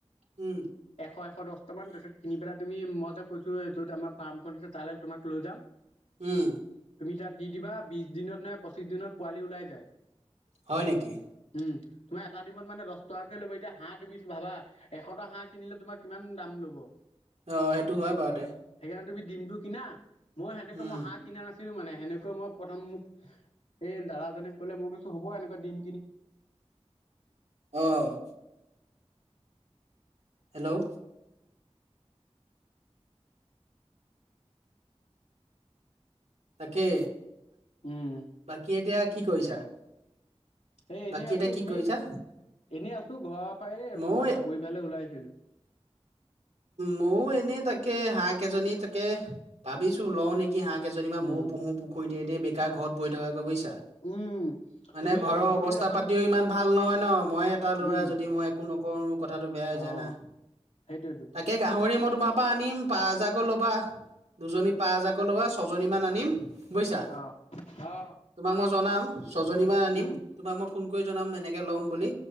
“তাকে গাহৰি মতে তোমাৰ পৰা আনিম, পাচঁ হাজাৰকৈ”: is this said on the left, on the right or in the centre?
Right